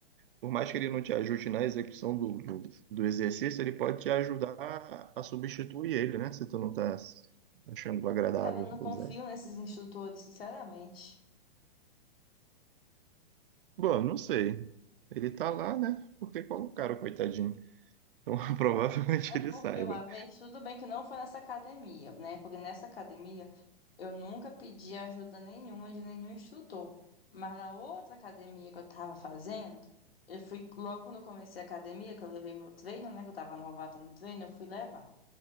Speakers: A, on the right; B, on the left.
A: por mais que ele não te ajude na execução do, do, do exercício, ele pode te ajudar a, a substituir ele, né? Se tu não tá achando agradável
B: Ah, cara, eu não confio
A: usar.
B: nesses instrutores, sinceramente.
A: Bom, não sei. Ele tá lá, né? Porque colocaram, coitadinho. Então <laughs> provavelmente
B: É
A: ele
B: porque
A: saiba.
B: uma vez, tudo bem que não foi nessa academia, né? Porque nessa academia eu nunca pedi ajuda nenhuma de nenhum instrutor. Mas na outra academia que eu tava fazendo, eu fui, logo quando eu comecei a academia, que eu levei meu treino, né? Que eu tava novata no treino, eu fui levar.